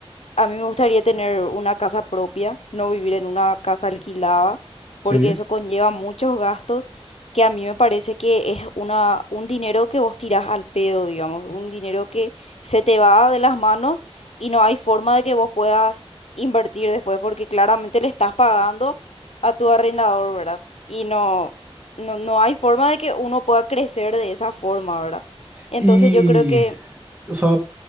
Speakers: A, on the left; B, on the right.
A: A mí me gustaría tener una casa propia, no vivir en una casa alquilada,
B: sí.
A: porque eso conlleva muchos gastos que a mí me parece que es una, un dinero que vos tirás al pedo, digamos, un dinero que se te va de las manos y no hay forma de que vos puedas invertir después, porque claramente le estás pagando a tu arrendador, ¿verdad? Y no, no, no hay forma de que uno pueda crecer de esa forma, ¿verdad? Entonces
B: Y,
A: yo creo que
B: o sea,